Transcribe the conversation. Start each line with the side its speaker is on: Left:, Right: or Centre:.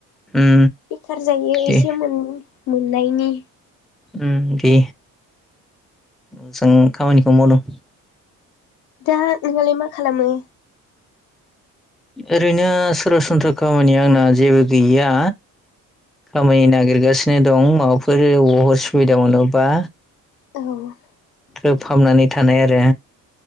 Centre: उम
Left: बेखार जायो
Centre: दे
Left: एसे मोनो मोननायनि।
Centre: ओम दे, मोजां खामानिखौ मावदों।
Left: दा नोंनालाय मा खालामो?
Centre: ओरैनो सरासनस्रा खामानिया आंना जेबो गैया। खामानि नागिरगासिनो दं माबाफोर बबावबा सुबिदा मोनोबा।
Left: औ
Centre: ग्रोब हाबनानै थानाय आरो